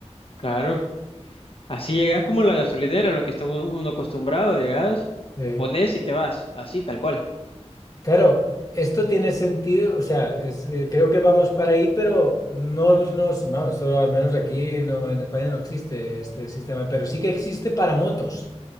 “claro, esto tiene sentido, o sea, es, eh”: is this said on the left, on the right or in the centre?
Left